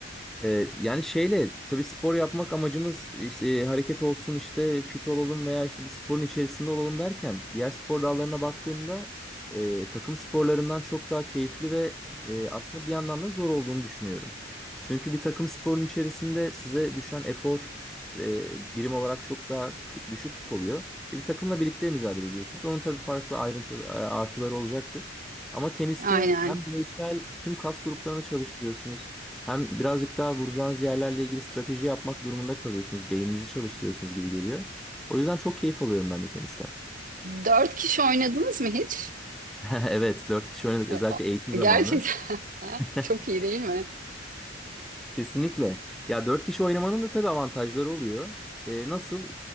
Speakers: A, in the centre; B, on the right.
A: Ee, yani şeyle tabii spor yapmak amacımız işte, e, hareket olsun işte fit olalım veya işte bir sporun içerisinde olalım derken diğer spor dallarına baktığımda e, takım sporlarından çok daha keyifli ve e, aslında bir yandan da zor olduğunu düşünüyorum. Çünkü bir takım sporun içerisinde size düşen efor e, birim olarak çok daha k- düşük oluyor. Ve bir takımla birlikte mücadele ediyorsunuz. Onun tabii farklı ayrıntı artıları olacaktır. Ama teniste
B: Aynen.
A: hem bireysel tüm kas gruplarını çalıştırıyorsunuz. Hem birazcık daha vuracağınız yerlerle ilgili strateji yapmak durumunda kalıyorsunuz. Beyninizi çalıştırıyorsunuz gibi geliyor. O yüzden çok keyif alıyorum ben de tenisten.
B: Dört kişi oynadınız mı hiç?
A: <laughs> Evet, dört kişi oynadık.
B: E,
A: Özellikle
B: o-
A: eğitim zamanı.
B: Gerçekten <laughs>
A: <laughs>
B: çok iyi değil mi?
A: Kesinlikle. Ya dört kişi oynamanın da tabii avantajları oluyor. Ee, nasıl?